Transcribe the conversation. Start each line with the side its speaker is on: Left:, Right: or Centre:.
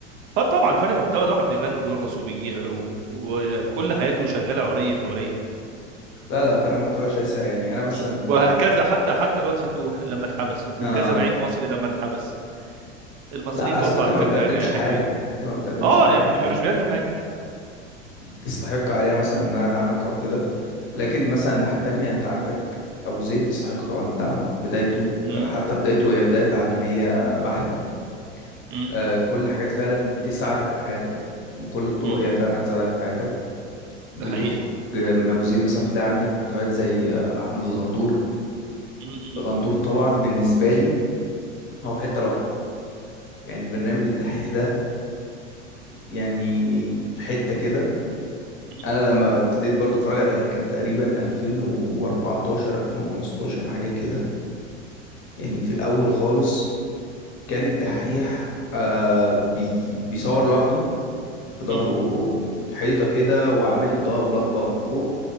Right: فطبعا فرق محتوى ده واحد بيغني وبيرقص وبيجي و- وكل حياته شغاله عري في عري
Left: لا لا فرق محتوى شاسع يعني انا مثلا
Right: مم. وهكذا حتى حتى الواد فتوح لما اتحبس وكذا
Left: آه
Right: لعيب مصري لما اتحبس المصريين
Left: لا
Right: برضو
Left: اصل انت
Right: على
Left: ما
Right: فكره
Left: بتقدمش
Right: حلوين
Left: حاجه انت ما بتقدمش
Right: اه
Left: حاجه
Right: يعني ما مش بيقدم حاجه
Left: تستحق عليها مثلا ان انا ادعمك او كده لكن مثلا الناحيه التانية انت عندك ابو زيد يستحق طبعا الدعم بدايته
Right: امم
Left: حتى بدايته هي بدايه تعليميه بحته
Right: مم.
Left: آه، كل الحاجات فعلا تساعدك في حياتك بكل الطرق
Right: مم.
Left: هي فعلا هتساعدك في حياتك بتخرج
Right: ده حقيقي
Left: من ابو زيد مثلا بتلاقي عندك محتويات زي آه، احمد الغندور
Right: مم.
Left: غندور طبعا بالنسبه لي هو في حته لوحده يعني برنامج الدحيح ده يعني في حته كده
Right: مم.
Left: انا لما ابتديت برضو اتفرج على الدحيح كان تقريبا 2014 2015 حاجه كده يعني في الاول خالص كان الدحيح آه بي بيصور لوحده في ظهره
Right: مم.
Left: حيطه كده وعامل اضاءه بلمبه من فوق